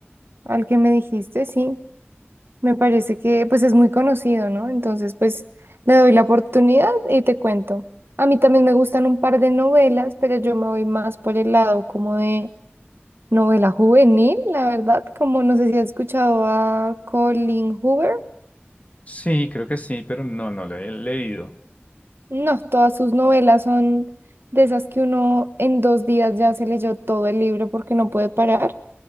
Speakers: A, on the right; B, on the left.
A: al que me dijiste, sí. Me parece que pues es muy conocido, ¿no? Entonces, pues le doy la oportunidad y te cuento. A mí también me gustan un par de novelas, pero yo me voy más por el lado como de novela juvenil, la verdad, como no sé si has escuchado a Colin Hoover.
B: Sí, creo que sí, pero no, no lo he leído.
A: No, todas sus novelas son de esas que uno en dos días ya se leyó todo el libro porque no puede parar.